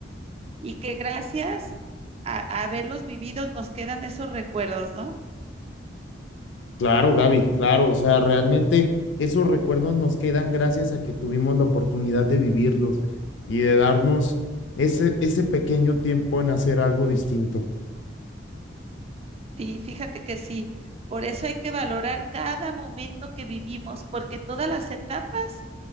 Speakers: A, on the right; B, on the left.
A: y que gracias a, a haberlos vivido nos quedan esos recuerdos, ¿no?
B: Claro, Gaby, claro. O sea, realmente esos recuerdos nos quedan gracias a que tuvimos la oportunidad de vivirlos y de darnos ese, ese pequeño tiempo en hacer algo distinto.
A: Sí, fíjate que sí. Por eso hay que valorar cada momento que vivimos, porque todas las etapas